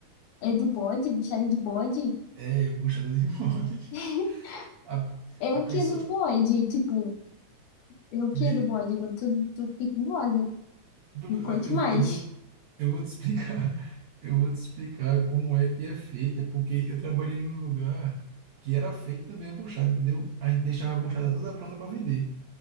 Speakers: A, on the left; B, on the right.
A: É do bode? Buchada de bode?
B: É buchada de <laughs> bode.
A: <laughs>
B: A,
A: É o
B: a pessoa.
A: que do bode? Tipo, é o que
B: vê-
A: do bode? Agora tu, tu fiquei curiosa.
B: Eu,
A: Me conte mais.
B: vou- eu vou, eu vou te explicar. <laughs> Eu vou te explicar como é que é feita, porque eu trabalhei num lugar que era feito também a buchada, entendeu? A gente deixava a buchada toda pronta para vender.